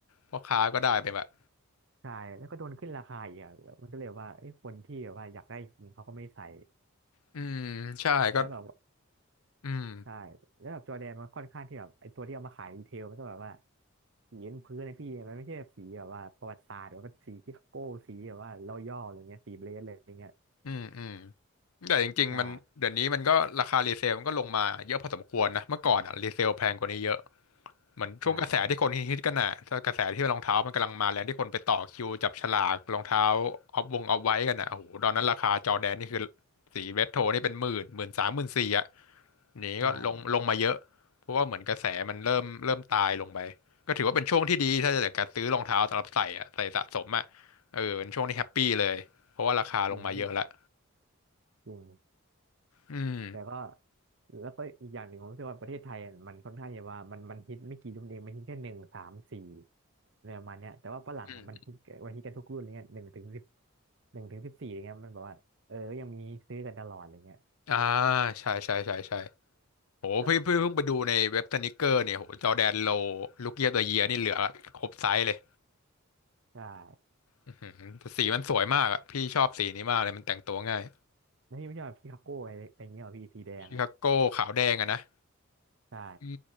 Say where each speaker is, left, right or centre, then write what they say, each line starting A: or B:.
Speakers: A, on the left (about 80°); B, on the right (about 55°).
A: พ่อค้าก็ได้ไปแบบ
B: ใช่แล้วก็โดนขึ้นราคาอีกอ่ะมันก็เลยว่าไอ้คนที่แบบว่าอยากได้จริงเขาก็ไม่ใส่
A: อืมใช่ก็
B: แล้วแบบ
A: อืม
B: ใช่แล้วแบบจอร์แดนมันค่อนข้างที่แบบไอตัวที่เอามาขายดีเทลมันก็แบบว่าสีบนพื้นนะพี่มันไม่ใช่แบบสีแบบว่าประวัติศาสตร์หรือว่าสีที่โก้สีแบบว่าเราย่ออะไรเงี้ยสีเบรสเลยอะไรเงี้ย
A: อืมอืมแต่จริงๆมันเดี๋ยวนี้มันก็ราคารีเซลมันก็ลงมาเยอะพอสมควรนะเมื่อก่อนอ่ะรีเซลแพงกว่านี้เยอะ
B: ใช่
A: เหมือนช่วงกระแสที่คนฮิตๆกันน่ะถ้ากระแสที่รองเท้ามันกำลังมาแรงที่คนไปต่อคิวจับฉลากรองเท้า
B: ใช่
A: ออฟวงออฟไว้กันน่ะโอ้โหตอนนั้นราคาจอร์แดนนี่คือสีเรดโทนี่เป็นหมื่นหมื่นสามหมื่นสี่อ่ะหนีก็ลงลงมาเยอะเพราะว่าเหมือนกระแสมันเริ่มเริ่มตายลงไปก็ถือว่าเป็นช่วงที่ดีถ้าจะเกิดการซื้อรองเท้าสำหรับใส่อ่ะใส่สะสมอ่ะ
B: ใช่
A: เออเป็นช่วงที่แฮปปี้เลยเพราะว่าราคาลงมาเยอะละ
B: จริงพี่จริง
A: อืม
B: แต่ก็แล้วก็อีกอย่างหนึ่งผมรู้สึกว่าประเทศไทยอะมันค่อนข้างจะว่ามันมันฮิตไม่กี่รุ่นเองมันฮิตแค่หนึ่งสามสี่อะไรประมาณเนี้ยแต่ว่าฝรั่งอะมันฮิตมันฮิตกันทุกรุ่นอะไรเงี้ยหนึ่งถึงสิบ
A: อืม
B: หนึ่งถึงสิบสี่อะไรเงี้ยมันแบบว่าเออยังมีซื้อกันตลอดอะไรเงี้ย
A: อ่าใช่ใช่ใช่ใช่โหพี่พี่เพิ่งไปดูในเว็บสนิเกอร์เนี่ยโหจอร์แดนโล
B: ก็
A: ลูกเยียบเอเยียนี่เหลือครบไซส์เลย
B: ใช่
A: อื้อหือแต่สีมันสวยมากอ่ะพี่ชอบสีนี้มากเลยมันแต่งตัวง่าย
B: แล้วพี่ไม่ชอบพี่คาโก้อะไรอะไรเงี้ยเหรอพี่สีแดงอ่ะ
A: ชิคาโก้ขาวแดงอะนะ
B: ใช่
A: อื